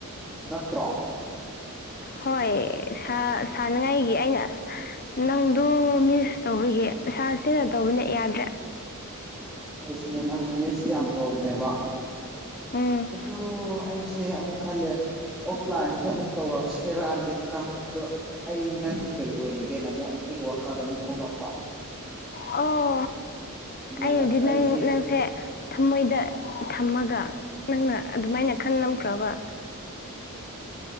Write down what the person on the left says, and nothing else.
ꯍꯣꯏꯌꯦ ꯁꯥ ꯁꯥꯟꯅꯉꯥꯏꯒꯤ ꯑꯩꯅ ꯅꯪꯗꯨ ꯃꯤꯁ ꯇꯧꯕꯒꯤ ꯁꯥꯁꯤꯅ ꯇꯧꯕꯅꯦ ꯌꯥꯗ꯭ꯔꯦ
ꯎꯝ
ꯑꯣ
ꯑꯩꯅꯗꯤ
ꯅꯪ
ꯅꯪꯁꯦ ꯊꯃꯣꯏꯗ ꯊꯝꯃꯒ ꯅꯪꯅ ꯑꯗꯨꯃꯥꯏꯅ ꯈꯜꯂꯝ ꯅꯝꯈ꯭ꯔꯕ